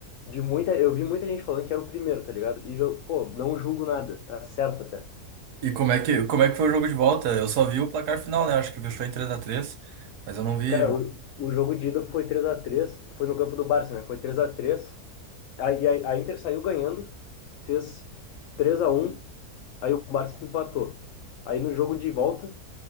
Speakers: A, on the left; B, on the right.
A: De muita, eu vi muita gente falando que era o primeiro, tá ligado? E eu, pô, não julgo nada, tá certo até.
B: E como é que, como é que foi o jogo de volta? Eu só vi o placar final, né? Acho que fechou em três a três, mas eu não vi.
A: Cara, o, o jogo de ida foi três a três, foi no campo do Barça, né? Foi três a três. Aí a, a Inter saiu ganhando, fez três a um. Aí o Barça empatou. Aí no jogo de volta,